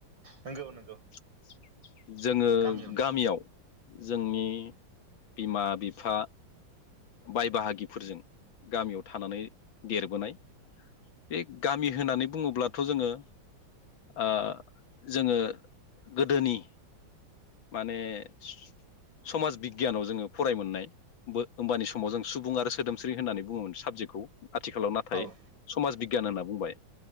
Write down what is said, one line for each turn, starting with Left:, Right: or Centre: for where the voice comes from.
Right: नंगौ
Left: <inaudible>
Right: नंगौ
Left: जोङो
Right: गामियावनो
Left: गामियाव जोंनि बिमा बिफा बाय बाहागिफोरजों गामियाव थानानै देरबोनाय। बे गामि होननानै बुङोब्लाथ' जोङो ओ जोङो गोदोनि माने स-समाज बिगियानाव जोङो फराय मोननाय बो होमबानि समाव जों सुबुं आरो सोदोमस्रि होननानै बुङोमोन साबजेक्टखौ। आथिखालाव नाथाय
Right: औ
Left: समाज बिग गियान होनना बुंबाय।